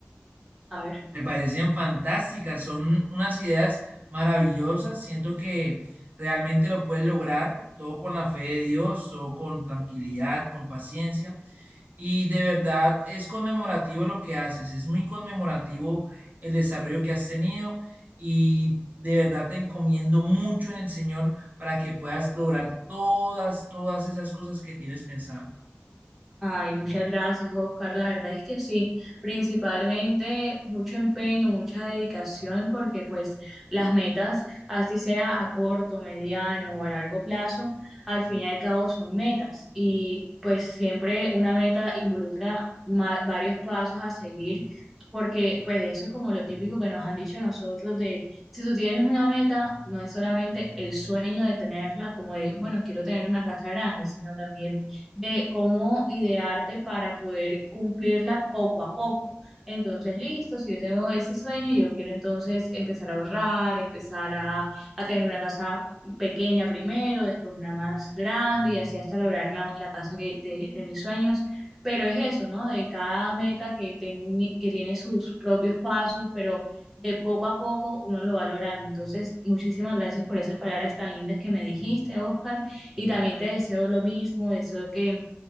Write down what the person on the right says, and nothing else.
Me parecen fantásticas, son unas ideas maravillosas. Siento que realmente lo puedes lograr todo con la fe de Dios, todo con tranquilidad, con paciencia. Y de verdad es conmemorativo lo que haces, es muy conmemorativo el desarrollo que has tenido y de verdad te encomiendo mucho en el Señor para que puedas lograr todas, todas esas cosas que tienes pensada.